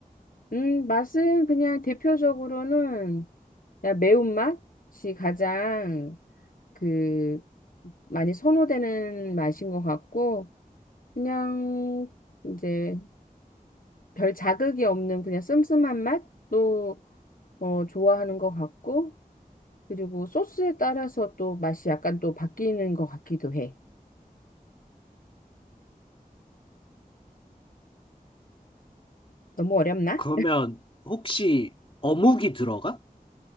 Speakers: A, on the left; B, on the left.
A: 음, 맛은 그냥 대표적으로는 그냥 매운맛이 가장 그 많이 선호되는 맛인 것 같고, 그냥 이제 별 자극이 없는 그냥 씀씀한 맛도 어, 좋아하는 것 같고, 그리고 소스에 따라서 또 맛이 약간 또 바뀌는 것 같기도 해. 너무 어렵나?
B: 그러면 혹시 어묵이 들어가?